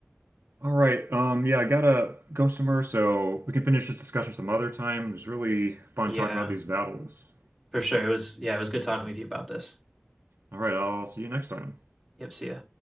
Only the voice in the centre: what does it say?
yeah,
for sure. It was, yeah, it was good talking with you about this.
Yep, see ya.